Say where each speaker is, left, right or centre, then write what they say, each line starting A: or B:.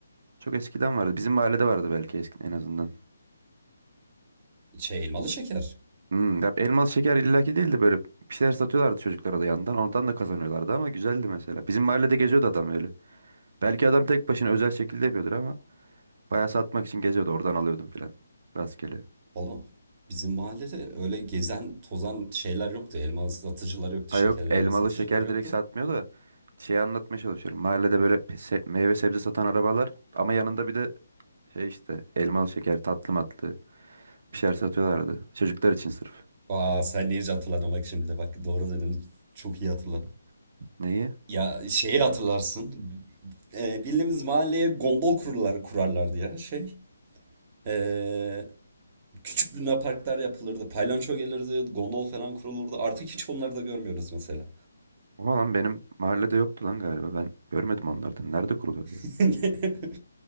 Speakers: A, on the right; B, on the right.
A: Çok eskiden vardı. Bizim mahallede vardı belki eski en azından.
B: Şey elmalı şeker.
A: Hmm, ya elmalı şeker illaki değildi böyle. Bir şeyler satıyorlardı çocuklara da yandan. Oradan da kazanıyorlardı ama güzeldi mesela. Bizim mahallede geziyordu adam öyle. Belki adam tek başına özel şekilde yapıyordur ama bayağı satmak için geziyordu. Oradan alıyordum filan. Rastgele.
B: Valla bizim mahallede öyle gezen tozan şeyler yoktu. Elma satıcılar yoktu.
A: Ha
B: Şekerli
A: yok elmalı
B: elma satıcılar
A: şeker
B: yoktu.
A: direkt satmıyor da şeyi anlatmaya çalışıyorum. Mahallede böyle pe- se- meyve sebze satan arabalar ama yanında bir de şey işte elmalı şeker tatlı matlı bir şeyler satıyorlardı. Çocuklar için sırf.
B: Aa sen neyince hatırladın bak şimdi de bak doğru dedin. Çok iyi hatırladım.
A: Neyi?
B: Ya şeyi hatırlarsın. Ee, bildiğimiz mahalleye gondol kururlar, kurarlardı ya şey. Ee, küçük lunaparklar yapılırdı. Paylanço gelirdi. Gondol falan kurulurdu. Artık hiç onları da görmüyoruz mesela.
A: Ama lan benim mahallede yoktu lan galiba ben görmedim onlardan. Nerede kuruluyor ya?
B: <laughs>